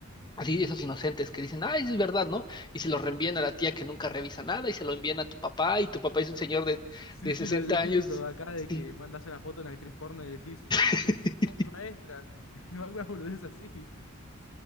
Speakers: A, on the left (about 20°); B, on the left (about 70°).
A: Así, esos inocentes que dicen, ay, es verdad, ¿no? Y se lo reenvían a la tía que nunca revisa nada y se lo envían a tu papá y tu papá es un señor de,
B: sí,
A: de 60
B: sí, lo, lo
A: años.
B: típico de acá de
A: Sí.
B: que mandas una foto a una actriz porno y decís,
A: <laughs>
B: mirá, mamá, mi maestra, <laughs> o alguna boludez así,